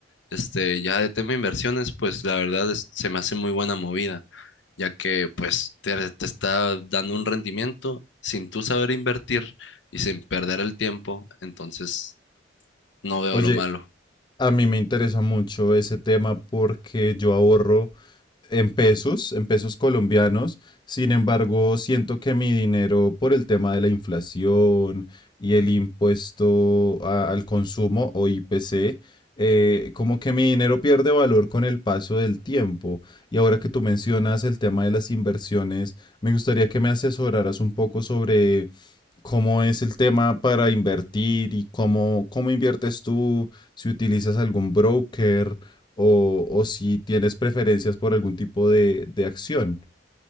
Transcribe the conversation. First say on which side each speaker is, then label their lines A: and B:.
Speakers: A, on the left; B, on the left.
A: Este, ya de tema de inversiones, pues la verdad es- se me hace muy buena movida, ya que pues te, te está dando un rendimiento sin tú saber invertir y sin perder el tiempo, entonces no veo
B: Oye,
A: lo malo.
B: A mí me interesa mucho ese tema porque yo ahorro en pesos, en pesos colombianos. Sin embargo, siento que mi dinero por el tema de la inflación y el impuesto a- al consumo o IPC, eh, como que mi dinero pierde valor con el paso del tiempo. Y ahora que tú mencionas el tema de las inversiones, me gustaría que me asesoraras un poco sobre cómo es el tema para invertir y cómo, cómo inviertes tú, si utilizas algún broker o, o si tienes preferencias por algún tipo de, de acción.